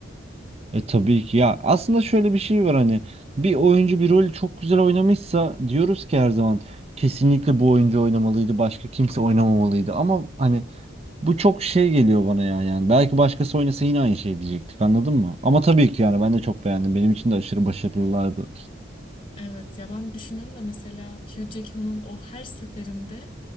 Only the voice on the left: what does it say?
Evet ya ben düşünüyorum da mesela Hugh Jackman'ın o her seferinde